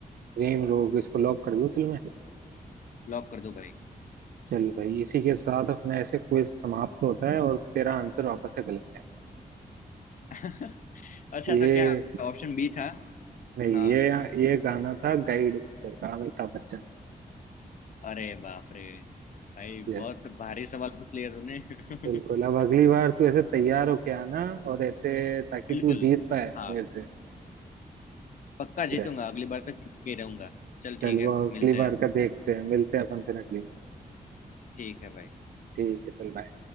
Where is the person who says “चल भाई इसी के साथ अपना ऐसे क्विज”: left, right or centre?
Right